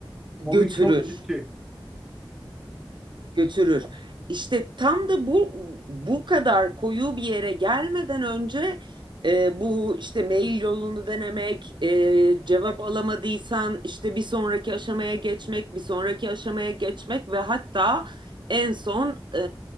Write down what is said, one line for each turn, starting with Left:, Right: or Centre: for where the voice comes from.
Centre: Mobbing
Right: götürür.
Centre: çok ciddi.
Right: Götürür. İşte tam da bu bu kadar koyu bir yere gelmeden önce e, bu işte mail yolunu denemek, e, cevap alamadıysan işte bir sonraki aşamaya geçmek, bir sonraki aşamaya geçmek ve hatta en son e,